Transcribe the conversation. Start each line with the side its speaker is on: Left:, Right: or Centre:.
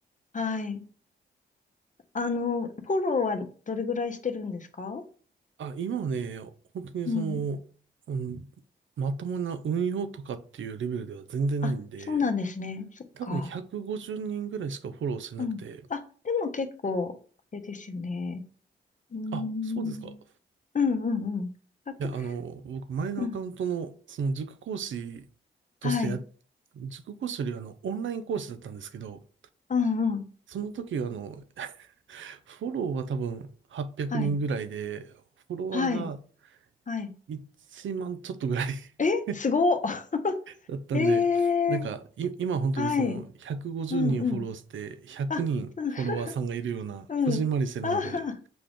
Left: はい。あの、フォローはどれぐらいしてるんですか
Right: あ、今はね、本当にその、
Left: うん。
Right: うん、まともな運用とかっていうレベルでは全然ないんで、
Left: あ、そうなんですね。そっか。
Right: 多分150人ぐらいしかフォローしてなくて、
Left: うん。あ、でも結構、あれですよね。うーん。
Right: あ、そうですか。い
Left: うんうんうん。100、
Right: や、あの、僕、前のアカウントの、
Left: うん。
Right: その塾講師としてや、
Left: はい。
Right: 塾講師よりあの、オンライン講師だったんですけど、
Left: うんうん。
Right: その時、あの、<laughs> フォローは多分800人ぐらいで、
Left: はい。
Right: フォロワーが
Left: はい。はい。
Right: 1万ちょっとぐらい <laughs>
Left: え、すごっ。<laughs>
Right: だったんで、
Left: ええ
Right: なんか、い、今本当にその150人フォローして100人フォロワーさんがいるような、
Left: はい。うんうん。あ、<laughs> うん、
Right: こじんまりしてるので、
Left: うん。あ